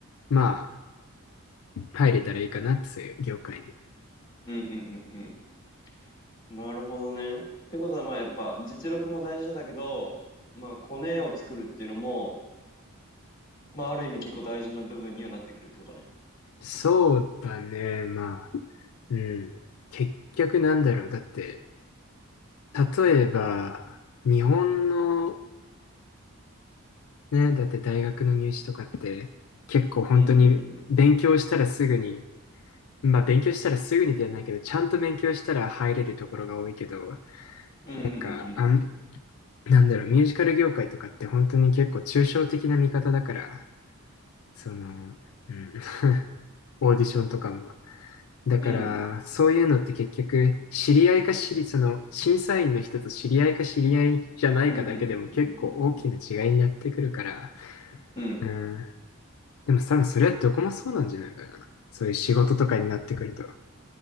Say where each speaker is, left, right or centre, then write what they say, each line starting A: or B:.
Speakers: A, on the left; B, on the left.
A: まあ、入れたらいいかなって、そういう業界に。
B: うんうんうんうん。なるほどね。ってことはまあやっぱ実力も大事だけど、まあコネを作るっていうのも、まあある意味結構大事な部分にはなってくるってことね。
A: そうだね、まあ、うん。結局なんだろう。だって、例えば、日本の、ね、だって大学の入試とかって、結構本当に勉強したらすぐに、
B: うん。
A: まあ勉強したらすぐにではないけど、ちゃんと勉強したら入れるところが多いけど、
B: うんうんうん
A: なんか、あん、なんだろう、ミュージカル業界とかって本当に結構抽象的な見方だから、その、うん、オーディションとかもだから、
B: うん。うん。
A: そういうのって結局、知り合いか知り、その、審査員の人と知り合いか知り合いじゃないかだけでも結構大きな違いになってくるから、
B: うんうんうん。うん
A: うん。でも多分それはどこもそうなんじゃないかな。そういう仕事とかになってくると。